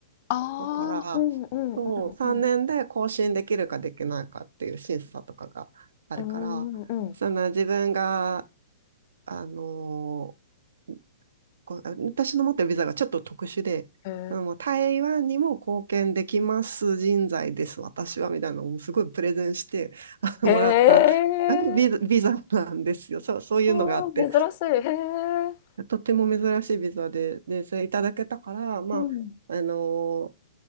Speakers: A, on the left; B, on the right.
A: ああ、
B: だから、
A: うんうんう
B: そう、3年で更新できるかできないかっていう審査とかがあるから、
A: んうん。うーん、うん。
B: その自分が、あのーこう私の持ってるビザがちょっと特殊で、
A: へ
B: あの台湾にも貢献できます人材です、私は、みたいなのをすごいプレゼンして <laughs> あのもらった
A: え。へえ。
B: ビザ、ビザなんですよ。そう、そういうのがあって、
A: ああ、珍しい。へえ。
B: とても珍しいビザで、で、それいただけたから、まあ、
A: うん、
B: あの